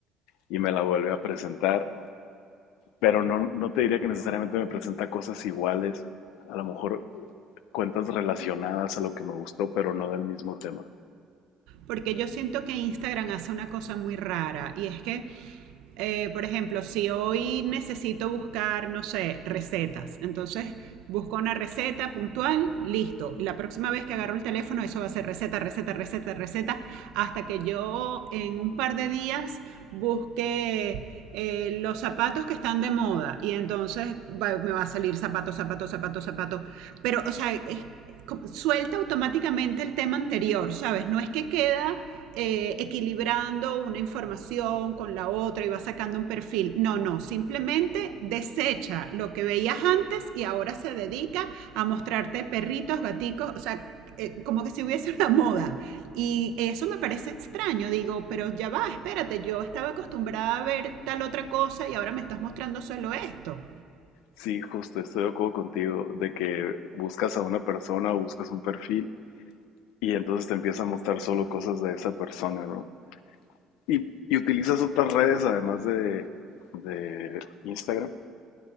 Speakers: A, on the left; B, on the right.
A: y me la vuelve a presentar, pero no, no te diría que necesariamente me presenta cosas iguales, a lo mejor cuentas relacionadas a lo que me gustó, pero no del mismo tema.
B: Porque yo siento que Instagram hace una cosa muy rara y es que eh, por ejemplo, si hoy necesito buscar, no sé, recetas, entonces busco una receta puntual, listo. La próxima vez que agarro el teléfono, eso va a ser receta, receta, receta, receta, hasta que yo en un par de días busque eh, los zapatos que están de moda y entonces va- me va a salir zapato, zapato, zapato, zapato. Pero, o sea, es- suelta automáticamente el tema anterior, ¿sabes? No es que queda eh, equilibrando una información con la otra y va sacando un perfil. No, no, simplemente desecha lo que veías antes y ahora se dedica a mostrarte perritos, gaticos, o sea, eh, como que si hubiese una moda. Y eso me parece extraño, digo, pero ya va, espérate, yo estaba acostumbrada a ver tal otra cosa y ahora me estás mostrando solo esto.
A: Sí, justo, estoy de acuerdo contigo de que buscas a una persona o buscas un perfil y entonces te empieza a mostrar solo cosas de esa persona, ¿no? Y, y utilizas otras redes además de, de Instagram